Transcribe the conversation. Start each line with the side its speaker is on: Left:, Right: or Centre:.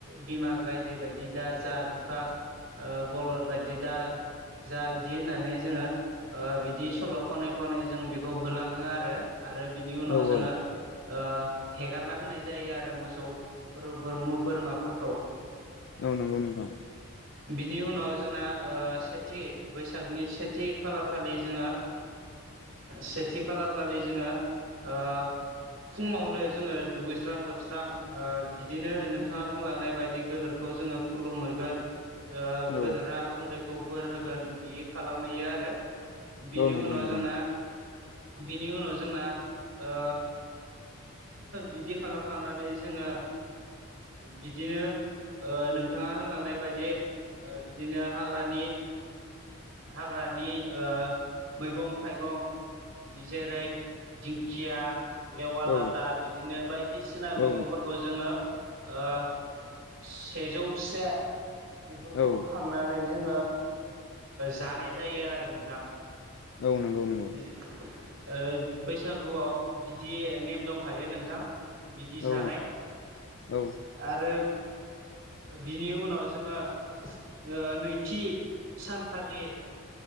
Right: बिमा गायदे बायदि दा जा बिफा बलद बायदि दा जा बिदि होननानै जोङो बिदि सल' खनै खनै जोङो बेखौ होलाङो आरो। आरो बिनि उनाव
Left: औ
Right: जोङो
Left: औ
Right: ओ हेगारना होनाय जायो आरो मोसौ बोरम बोरमाफोरखौ
Left: औ नंगौ नोंथां
Right: बिनि उनाव जोंना सेथि बैसागनि सेथि खालार खालि जोङो सेथि खालार खालि जोङो ओ फुङावनो जोङो दुगैस्रां लोबस्रां बिदिनो नोंथाङा बुंलांनाय बायदि गोदोर खौ जोङो खुलुमहैगोन ओ
Left: औ
Right: गोदोरा उन्दैखौ बोर होगोन बि खालामहैयो आरो बिनि
Left: औ नंगौ
Right: उनाव
Left: नोंथां
Right: जोंना बिनि उनाव जोंना ओ बिदि खालामखांनानै जोङो बिदिनो नोंथाङा होनलांनाय बायदि बिदिनो हाग्रानि हाग्रानि ओ मैगं थाइगं बि जेरै दिंखिया लेवा
Left: औ
Right: लाथा बिदिनो बायदिसिना मैगंफोरखौ
Left: औ
Right: जोङो ओ सेजौ से बेफोरखौ
Left: औ
Right: खांनानै जोङो जानाय ओ जायो आरो नोंथां
Left: औ नंगौ नंगौ
Right: ओ बैसागुआव बिदि नेम दंखायो नोंथां बिदि
Left: औ
Right: जानाय
Left: औ
Right: आरो बिनि उनाव जोङो ओ नैथि सानखालि